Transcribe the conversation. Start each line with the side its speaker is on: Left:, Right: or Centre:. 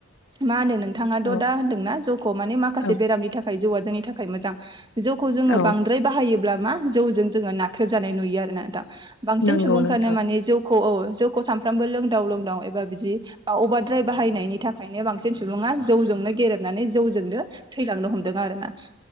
Right: मा होनदों नोंथाङाथ'
Left: औ
Right: दा होनदोंना जौखौ माने माखासे
Left: औ
Right: बेरामनि थाखाय जौआ जोंनि थाखाय थाखाय मोजां जौखौ जोङो
Left: औ
Right: बांद्राय बाहायोब्ला मा जौजों जोङो नाख्रेबजानाय नुयो आरो न दां बांसिन
Left: नंगौ
Right: सुबुंफ्रानो
Left: नोंथां
Right: माने जौखौ औ जौ सानफ्रामबो लोंदाव लोंदाव एबा बिदि अभारद्राय बाहायनायनि थाखायनो बांसिन सुबुङा जौजोंनो गेबनानै जौजोंनो थैलांनो हमदों आरोना